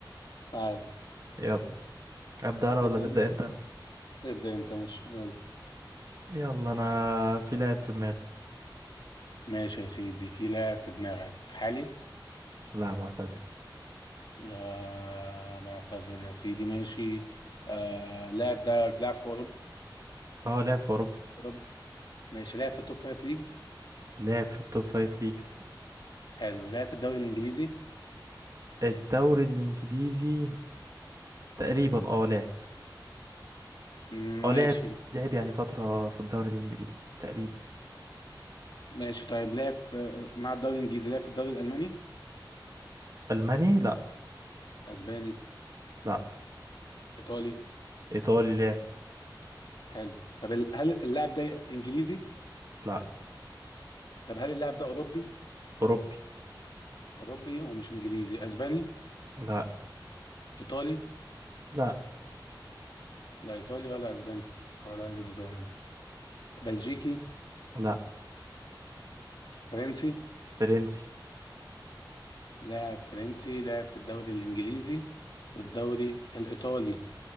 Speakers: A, on the left (about 65°); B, on the right (about 45°).
A: تعالى
B: يلا ابدا انا
A: تبدأ
B: ولا تبدا
A: انت
B: انت
A: ابدأ انت ماشي يلا
B: يلا انا في لاعب في دماغي
A: ماشي يا سيدي في لاعب في دماغك حالي
B: لا معتزل
A: يا معتزل يا سيدي ماشي آه اللاعب ده بيلعب في
B: اه لعب في اوروبا
A: أوروبا ماشي لعب في التوب فايف ليجز
B: لعب في التوب فايف ليجز
A: حلو لعب في الدوري الانجليزي
B: الدوري الانجليزي تقريبا اه لعب
A: مم،
B: اه
A: ماشي
B: لعب لعب يعني فترة في الدوري الانجليزي تقريبا
A: ماشي طيب لعب في مع الدوري الانجليزي لعب في الدوري الالماني
B: الماني لا
A: اسباني
B: لا
A: ايطالي
B: ايطالي لعب
A: حلو طب ال- هل اللاعب ده انجليزي
B: لا
A: طب هل اللاعب ده اوروبي
B: اوروبي
A: اوروبي ومش انجليزي اسباني
B: لا
A: ايطالي
B: لا
A: لا ايطالي ولا اسباني ولا اسباني بلجيكي
B: لا
A: فرنسي
B: فرنسي
A: لاعب فرنسي لاعب في الدوري الانجليزي والدوري الايطالي